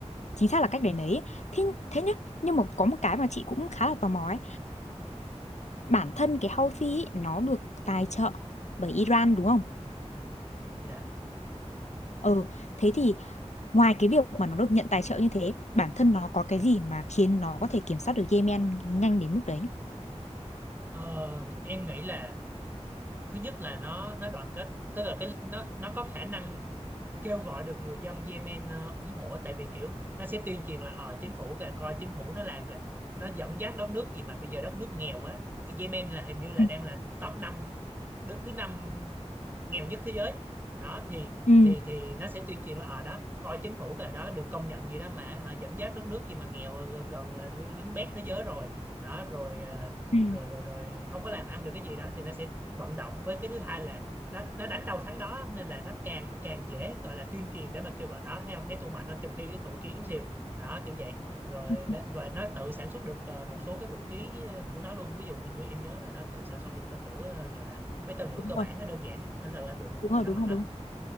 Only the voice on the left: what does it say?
chính xác là cách để nấy thế thế nhá nhưng mà có một cái mà chị cũng khá là tò mò ấy bản thân cái houthi ấy, nó được tài trợ bởi Iran đúng không
ừ thế thì ngoài cái việc mà nó được nhận tài trợ như thế bản thân nó có cái gì mà khiến nó có thể kiểm soát được Yemen nhanh đến mức đấy
Ừ.
Ừ,
Ừ.
Ừ.
đúng
rồi,
đúng
rồi,
đúng
rồi,
đúng rồi.